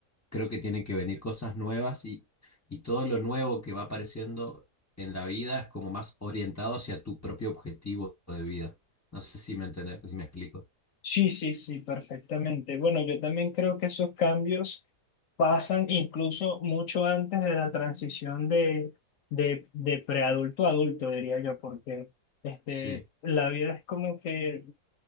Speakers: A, on the left (about 15°); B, on the left (about 65°).
A: creo que tienen que venir cosas nuevas y, y todo lo nuevo que va apareciendo en la vida es como más orientado hacia tu propio objetivo de vida. No sé si me entendés, si me explico.
B: Sí, sí, sí, perfectamente. Bueno, yo también creo que esos cambios pasan incluso mucho antes de la transición de, de, de preadulto a adulto, diría yo, porque este,
A: Sí,
B: la vida es como que